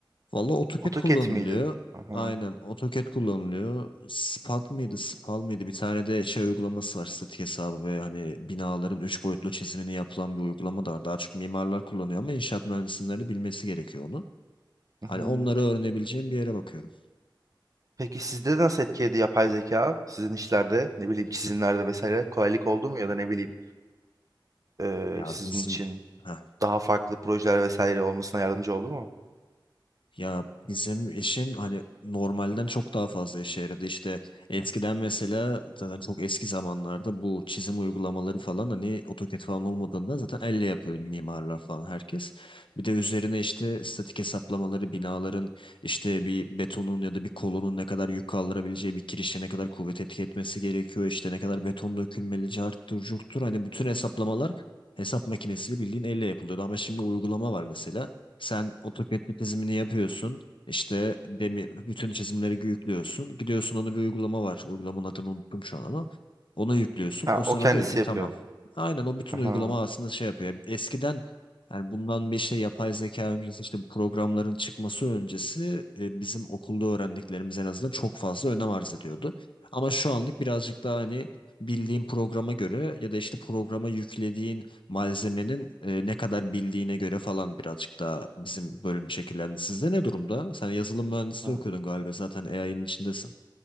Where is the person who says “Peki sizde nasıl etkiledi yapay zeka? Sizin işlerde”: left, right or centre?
Right